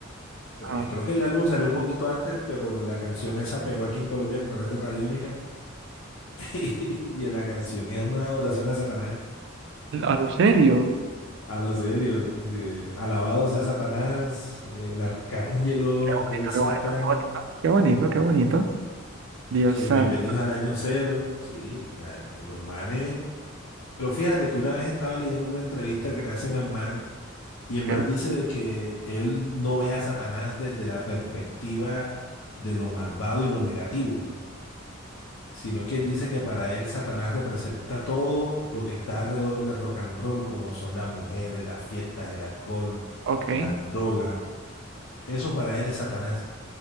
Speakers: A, on the left; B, on the right.
A: Pues
B: Ah,
A: creo que el álbum salió un poquito antes, pero la canción esa pegó aquí en Colombia a través de Radiónica. <laughs> Y la canción es una adoración a Satanás.
B: a lo serio.
A: A lo serio, dice, alabado sea Satanás, el arcángelo,
B: Qué bonito,
A: el
B: qué
A: Satan
B: bonito, qué bonito. Qué bonito, qué bonito. Dios
A: que
B: santo.
A: bienvenidos al año cero. Sí, o sea, los manes. Pero fíjate que una vez estaba leyendo una entrevista que le hacen a Man Y el
B: Ok,
A: man dice de que él no ve a Satanás desde la perspectiva de lo malvado y lo negativo, sino que él dice que para él Satanás representa todo lo que está alrededor del rock and roll, como son las mujeres, las fiestas, el alcohol,
B: ok.
A: las drogas. Eso para él es Satanás.